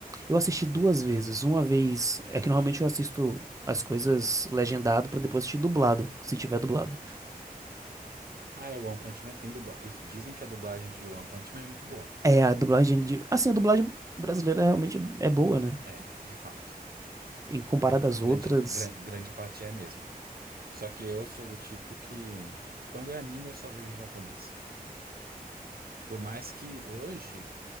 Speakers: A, on the right; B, on the right.
A: eu assisti duas vezes. Uma vez, é que normalmente eu assisto as coisas legendado pra depois assistir dublado, se tiver dublado.
B: Ah, é, One Punch Man tem dublagem. Dizem que a dublagem de One Punch Man é muito boa.
A: É, a dublagem de, assim, a dublagem brasileira realmente é boa, né?
B: É, de fato.
A: Em comparado às outras.
B: Grande, gran- grande parte é mesmo. Só que eu sou do tipo que, quando é anime, eu só vejo em japonês. Por mais que hoje